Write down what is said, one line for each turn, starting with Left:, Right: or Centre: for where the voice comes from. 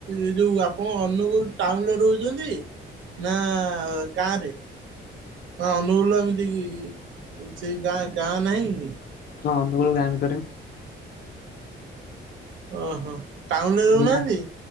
Right: ଏଯୋଉ ଆପଣ ଅନୁଗୁଳ ଟାଉନରେ ରହୁଛନ୍ତି? ନା ଗାଁ ରେ? ହଁ ଅନୁଗୁଳର ଏମିତିକି ସେଇ ଗାଁ ଗାଁ ନାହିଁ କି
Left: ହଁ ଅନୁଗୁଳୁ ଗାଁ ଭିତରେ।
Right: ଓହୋ। ଟାଉନରେ
Left: ଏଇ
Right: ରହୁନାହାନ୍ତି
Left: ଭଳିଆ